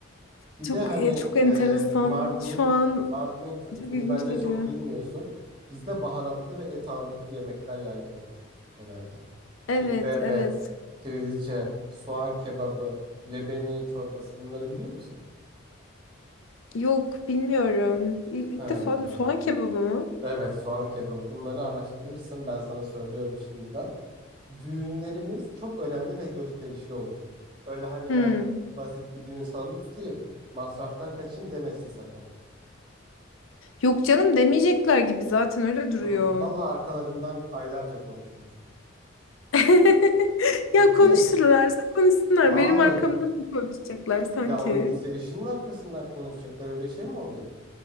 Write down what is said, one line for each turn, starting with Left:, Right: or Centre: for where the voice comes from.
Right: Bir
Left: Çok
Right: de hani
Left: e, çok enteresan.
Right: e, Mardin'in
Left: Şu an
Right: Mardin'in kültürünü
Left: çok ilginç
Right: bence
Left: geliyor.
Right: çok bilmiyorsun. Bizde baharatlı ve et ağırlıklı yemekler yaygın olur genelde.
Left: Evet,
Right: İkbebet,
Left: evet.
Right: kiriliçe, soğan kebabı, lebeniye çorbası bunları biliyor musun?
Left: Yok bilmiyorum. İlk, ilk
Right: He.
Left: defa da soğan kebabı mı?
Right: Evet, soğan kebabı. Bunları araştırırsın. Ben sana söylüyorum şimdiden. Düğünlerimiz çok önemli ve gösterişli olur. Öyle hani
Left: Hmm.
Right: ben basit bir düğün salonu tutayım, masraftan kaçayım demesin sakın.
Left: Yok canım demeyecekler gibi zaten öyle duruyor.
Right: Hı hı. Vallahi arkalarından aylarca konuşulur.
Left: <laughs>
Right: Ciddiyim.
Left: Ya konuşurlarsa konuşsunlar.
Right: Hayır.
Left: Benim arkamdan mı konuşacaklar sanki?
Right: Ya onun eşinin arkasından konuşacaklar öyle şey mi olur?